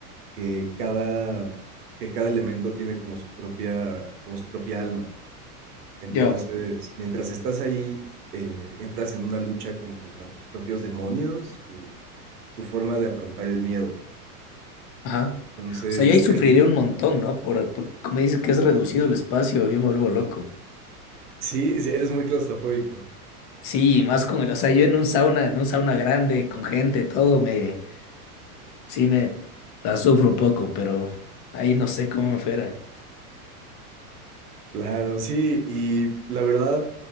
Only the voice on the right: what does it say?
que cada, que cada elemento tiene como su propia, como su propia alma. Entonces,
mientras estás ahí, eh, entras en una lucha como contra tus propios demonios, tu, tu forma de afrontar el miedo.
Entonces,
termina.
Sí, sí, eres muy claustrofóbico.
Claro, sí, y la verdad,